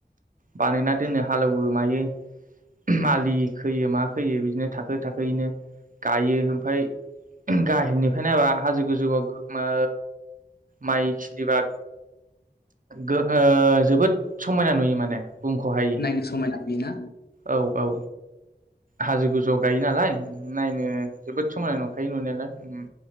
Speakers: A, on the right; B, on the left.
A: बानायना दोननो हालेवो मायो मालि खोयो मा फैयो बिदिनो थाखो थाखोयैनो गायो ओमफ्राय गाहायनिफ्राय नायबा हाजो गोजौआव ओ माइ खिलिबा गो ओ जोबोद समायना नुयो माने बुंख'हायि
B: नायनो समायना बेना
A: औ-औ हाजो गोजौ गायो नालाय नायनो जोबोद समायना नं खायो नुनायालाय ओम